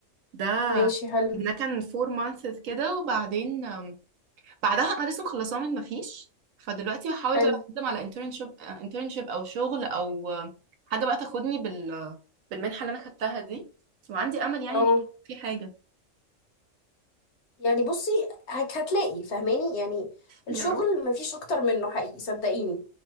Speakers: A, on the right (about 80°); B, on the left (about 60°).
A: ده
B: ماشي حلو
A: ده كان فور مانثس كده وبعدين بعدها انا لسه مخلصاه من مفيش فدلوقتي بحاول
B: حلو
A: بقى اقدم على انترنشيب انترنشيب او شغل او آه، حاجه بقى تاخدني بال بالمنحه اللي انا خدتها دي وعندي امل يعني
B: اه
A: ان في حاجه
B: يعني بصي هك- هتلاقي فاهماني يعني الشغل
A: يا رب
B: مفيش اكتر منه حقيقي صدقيني